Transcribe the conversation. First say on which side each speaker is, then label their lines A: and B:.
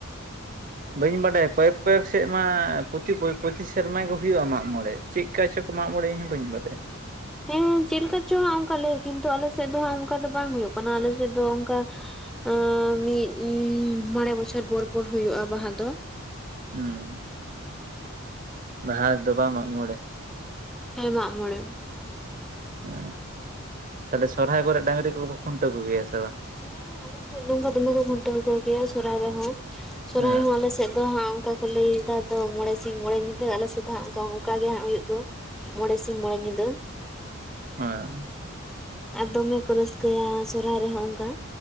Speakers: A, on the right (about 40°); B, in the centre.
A: ᱵᱟᱹᱧ ᱵᱟᱰᱟᱭᱟ ᱠᱚᱭᱮᱠ ᱠᱚᱭᱮᱠ ᱥᱮᱫ ᱢᱟ ᱯᱚᱛᱤ ᱵᱳᱭ ᱯᱚᱛᱤ ᱥᱮᱨᱢᱟ ᱜᱮ ᱦᱩᱭᱩᱜᱼᱟ ᱢᱟᱜ ᱢᱚᱬᱮ, ᱪᱮᱠᱠᱟ ᱪᱚ ᱠᱚ ᱢᱟᱜ ᱢᱚᱬᱮᱜ ᱤᱧᱦᱚᱸ ᱵᱟᱹᱧ ᱵᱟᱲᱟᱭᱟ ᱾
B: ᱦᱮᱸ ᱪᱮ ᱞᱮᱠᱟ ᱪᱚ ᱦᱟᱸᱜ ᱚᱱᱠᱟ ᱞᱟᱹᱭ ᱠᱤᱱᱛᱩ ᱟᱞᱮ ᱥᱮᱫ ᱫᱚ ᱦᱟᱸᱜ ᱚᱱᱠᱟ ᱫᱚ ᱵᱟᱝ ᱦᱩᱭᱩᱜ ᱠᱟᱱᱟ, ᱟᱞᱮ ᱥᱮᱫ ᱫᱚ ᱚᱱᱠᱟ ᱟᱸᱻ ᱢᱤᱫ ᱮᱸ ᱢᱚᱬᱮ ᱵᱚᱪᱷᱚᱨ ᱯᱚᱨ-ᱯᱚᱨ ᱦᱩᱭᱩᱜᱼᱟ ᱵᱟᱦᱟ ᱫᱚ ᱾
A: ᱦᱩᱸ, ᱵᱟᱦᱟ ᱫᱚ ᱵᱟᱝ ᱢᱟᱜ ᱢᱚᱬᱮ ᱾
B: ᱦᱮᱸ ᱢᱟᱜ ᱢᱚᱬᱮ ᱾
A: ᱚ, ᱛᱟᱦᱚᱞᱮ ᱥᱚᱨᱦᱟᱭ ᱠᱚᱨᱮ ᱰᱟᱹᱝᱨᱤ ᱠᱚᱯᱮ ᱠᱷᱩᱱᱴᱟᱹᱣ ᱠᱚᱜᱮᱭᱟ ᱥᱮ ᱵᱟᱝ?
B: ᱦᱮᱸ ᱟᱞᱮ ᱥᱮᱫ ᱱᱚᱝᱠᱟ ᱫᱚᱢᱮ ᱠᱚ ᱠᱷᱩᱱᱴᱟᱹᱣ ᱠᱚ ᱜᱮᱭᱟ ᱥᱚᱨᱦᱟᱭ ᱨᱮᱦᱚᱸ, ᱥᱚᱨᱦᱟᱭ
A: ᱚ
B: ᱦᱚᱸ ᱟᱞᱮ ᱥᱮᱫ ᱟᱫᱚ ᱦᱟᱸᱜ ᱚᱱᱠᱟ ᱞᱟᱹᱭ ᱫᱟ ᱛᱚ ᱢᱚᱬᱮ ᱥᱤᱧ ᱢᱚᱬᱮ ᱧᱤᱫᱟᱹ ᱟᱞᱮ ᱥᱮᱫ ᱫᱚ ᱦᱟᱸᱜ ᱚᱱᱠᱟ ᱚᱱᱠᱟ ᱜᱮ ᱦᱟᱸᱜ ᱦᱩᱭᱩᱜ ᱫᱚ ᱾ ᱢᱚᱬᱮ ᱥᱤᱧ ᱢᱚᱬᱮ ᱧᱤᱫᱟᱹ ᱾
A: ᱚ ᱾
B: ᱟᱨ ᱫᱚᱢᱮ ᱠᱚ ᱨᱟᱹᱥᱠᱟᱹᱭᱟ ᱥᱚᱨᱦᱟᱭ ᱨᱮᱦᱚᱸ ᱚᱱᱠᱟ ᱾